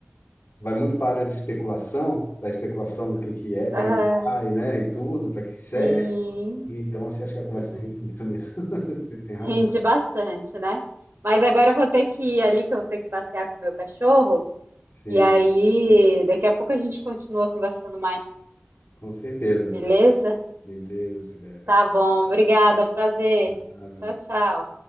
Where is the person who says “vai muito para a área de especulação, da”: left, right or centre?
Left